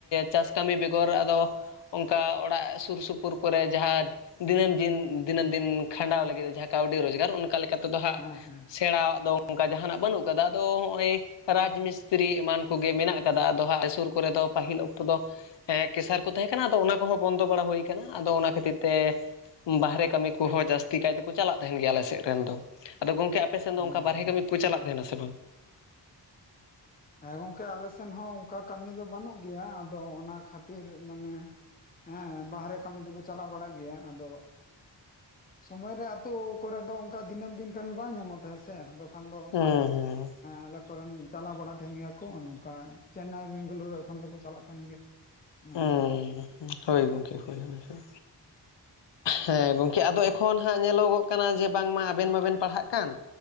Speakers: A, on the left; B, on the left.
A: ᱪᱟᱥ ᱠᱟᱹᱢᱤ ᱵᱮᱜᱚᱨ ᱟᱫᱚ ᱚᱝᱠᱟ ᱚᱲᱟᱜ ᱥᱩᱨ ᱥᱩᱯᱩᱨ ᱠᱚᱨᱮ ᱡᱟᱦᱟᱸ ᱫᱤᱱᱟᱹᱢ ᱫᱤᱱ ᱫᱤᱱᱟᱹᱢ ᱫᱤᱱ ᱠᱷᱟᱸᱰᱟᱣ ᱞᱟᱹᱜᱤᱫ ᱡᱟᱦᱟᱸ ᱠᱟᱹᱣᱰᱤ ᱨᱳᱡᱽᱜᱟᱨ ᱚᱱᱠᱟ ᱞᱮᱠᱟ ᱛᱮᱫᱚ ᱦᱟᱸᱜ
B: ᱦᱮᱸ ᱦᱮᱸ
A: ᱥᱮᱬᱟᱣᱟᱜ ᱫᱚ ᱚᱱᱠᱟ ᱡᱟᱦᱟᱱᱟᱜ ᱵᱟᱹᱱᱩᱜ ᱠᱟᱫᱟ ᱟᱫᱚ ᱦᱚᱸᱜᱼᱚᱭ᱾ ᱨᱟᱡᱽ ᱢᱤᱥᱛᱨᱤ ᱮᱢᱟᱱ ᱠᱚᱜᱮ ᱢᱮᱱᱟᱜ ᱠᱟᱫᱟ ᱟᱫᱚ ᱦᱟᱸᱜ ᱥᱩᱨ ᱠᱚᱨᱮ ᱫᱚ ᱯᱟᱹᱦᱤᱞ ᱚᱠᱛᱚ ᱫᱚ᱾ ᱦᱮᱸ ᱠᱮᱥᱟᱨ ᱠᱚ ᱛᱟᱦᱮᱸ ᱠᱟᱱᱟ ᱟᱫᱚ ᱚᱱᱟ ᱠᱚᱦᱚᱸ ᱵᱚᱱᱫᱚ ᱵᱟᱲᱟ ᱦᱩᱭ ᱠᱟᱱᱟ ᱟᱫᱚ ᱚᱱᱟ ᱠᱷᱟᱹᱛᱤᱨ ᱛᱮ᱾ ᱵᱟᱦᱨᱮ ᱠᱟᱹᱢᱤ ᱠᱚᱦᱚᱸ ᱡᱟᱹᱥᱛᱤ ᱠᱟᱭ ᱛᱮᱠᱚ ᱪᱟᱞᱟᱜ ᱛᱟᱦᱮᱱ ᱜᱮᱭᱟ ᱟᱞᱮ ᱥᱮᱫ ᱨᱮᱱ ᱫᱚ ᱟᱫᱚ ᱜᱚᱝᱠᱮ᱾ ᱟᱯᱮ ᱥᱮᱱ
B: ᱦᱮᱸ
A: ᱫᱚ ᱚᱝᱠᱟ ᱵᱟᱦᱨᱮ
B: ᱦᱮᱸ
A: ᱠᱟᱹᱢᱤ ᱠᱚ ᱪᱟᱞᱟᱜ ᱛᱟᱦᱮᱱᱟ ᱥᱮ ᱵᱟᱝ᱾
B: ᱦᱮᱸ ᱜᱚᱝᱠᱮ ᱟᱞᱮ ᱥᱮᱱ ᱦᱚᱸ ᱚᱝᱠᱟ ᱠᱟᱹᱢᱤ ᱫᱚ ᱵᱟᱹᱱᱩᱜ ᱜᱮᱭᱟ ᱟᱫᱚ ᱚᱱᱟ ᱠᱷᱟᱹᱛᱤᱨ ᱢᱟᱱᱮ᱾ ᱦᱮᱸ ᱵᱟᱦᱨᱮ ᱠᱟᱹᱢᱤ ᱫᱚᱠᱚ ᱪᱟᱞᱟᱜ ᱵᱟᱲᱟᱜ ᱜᱮᱭᱟ ᱟᱫᱚ᱾ ᱥᱚᱢᱚᱭ ᱨᱮ ᱟᱹᱛᱩ ᱠᱚᱨᱮ ᱫᱚ ᱚᱱᱠᱟ ᱫᱤᱱᱟᱹᱢ ᱫᱤᱱ ᱠᱟᱹᱢᱤ ᱵᱟᱝ ᱧᱟᱢᱚᱜ ᱛᱟᱦᱮᱫ ᱥᱮ ᱟᱫᱚ᱾ ᱠᱷᱟᱱ ᱫᱚ
A: ᱦᱩᱸ ᱦᱩᱸ
B: ᱟᱞᱮ ᱠᱚᱨᱮᱱ ᱪᱟᱞᱟᱣ ᱵᱟᱲᱟ ᱛᱟᱦᱮᱱ ᱜᱮᱭᱟ ᱠᱚ ᱱᱚᱝᱠᱟ ᱪᱮᱱᱱᱟᱭ ᱵᱮᱝᱜᱟᱞᱩᱨᱩ ᱮᱠᱷᱚᱱ ᱫᱚᱠᱚ ᱪᱟᱞᱟᱜ ᱠᱟᱱ ᱜᱮᱭᱟ᱾ ᱚᱱᱮ
A: ᱦᱩᱸ
B: ᱚᱱᱠᱟ
A: ᱦᱳᱭ ᱜᱚᱝᱠᱮ ᱦᱳᱭ ᱦᱳᱭ ᱦᱳᱭ ᱦᱮᱸ ᱜᱚᱝᱠᱮ ᱟᱫᱚ ᱮᱠᱷᱚᱱ ᱦᱟᱸᱜ ᱧᱮᱞᱚᱜᱚᱜ ᱠᱟᱱᱟ ᱡᱮ ᱵᱟᱝᱢᱟ ᱟᱵᱮᱱ ᱢᱟᱵᱮᱱ ᱯᱟᱲᱦᱟᱜ ᱠᱟᱱ᱾